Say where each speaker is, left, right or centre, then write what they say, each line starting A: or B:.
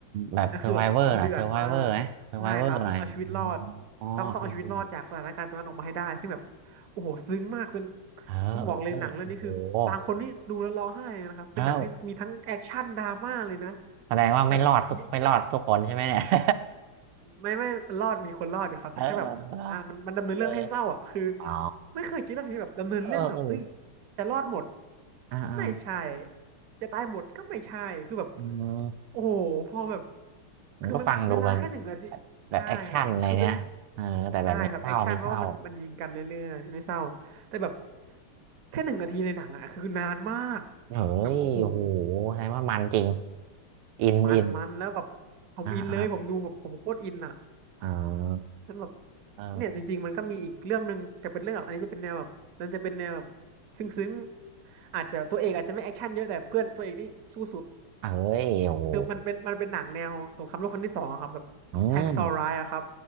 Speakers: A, on the right; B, on the right.
A: แบบเซอร์ไ
B: นล่วคือแบบมันเดือดมากใช่ครับเอาชีวิตรอด
A: o เวอร์นะเซอร์ไ o เวอร์ไหมเซอร์ไ o เวอร์อะไรอ๋ออ๋อเออเออ
B: ต้องต้องเอาชีวิตรอดจากสถานการณ์ตรงนั้นออกมาให้ได้ซึ่งแบบโอ้โหซึ้งมากเป็น
A: เออเออไม่โอ้โห
B: ผมบอกเลยหนังเรื่องนี้คือบางคนนี่ดูแล้วร้องไห้เลยนะครับเป็นหนังที่มีทั้งแอคชั่นดราม่าเลยนะ
A: เอ้าแสดงว่าไม่รอดทุกไม่รอดทุกคนใช่ไหมเนี่ย
B: แบบยิงกัน
A: <laughs>
B: ไม่ไม่รอดมีคนรอดอยู่ครับแต่แค่แบบอ่ามันมันดำเนินเรื่องให้เศร้าอ่ะคือ
A: เออเอออ๋อ
B: ไม่เคยคิดเรื่องนี้แบบดำเนินเรื่องแบบเอ้ย
A: เออเออ
B: จะรอดหมด
A: อ่าอ่า
B: ไม่ใช่จะตายหมดก็ไม่ใช่คือแบบ
A: อืม
B: โอ้โหพอแบบ
A: มันก็ฟังดูมัน
B: คือมันเวลาแค่หนึ่งนาที
A: แบบแบบแอคชั่นอะไรเนี้ยเออแต่แบบไม่เศร้าไม่เศร้า
B: ใช่ครับคือเป็นใช่ครับแอคชั่นเพราะว่ามันมันยิงกันเรื่อยๆไม่เศร้าแต่แบบแค่หนึ่งนาทีในหนังอะคือนานมาก
A: เฮ้ยโอ้โห
B: แบบโอ้โห
A: แสดงว่ามันจริงอินอิน
B: มันมันแล้วแบบผมอินเลยผมดูแบบผมโคตรอินอะ
A: อ่าอ่าอ่า
B: นั้นแบบ
A: เออ
B: เนี่ยจริงๆมันก็มีอีกเรื่องหนึ่งแต่เป็นเรื่องแบบอันนี้จะเป็นแนวแบบมันจะเป็นแนวแบบซึ้งๆอาจจะตัวเอกอาจจะไม่แอคชั่นเยอะแต่เพื่อนตัวเอกนี่สู้สุด
A: เอ้ยโอ้โห
B: คือมันเป็นมันเป็นหนังแนวสงครามโลกครั้งที่สองอะครับแบบแฮกซอ์ไรอะครับ
A: อืม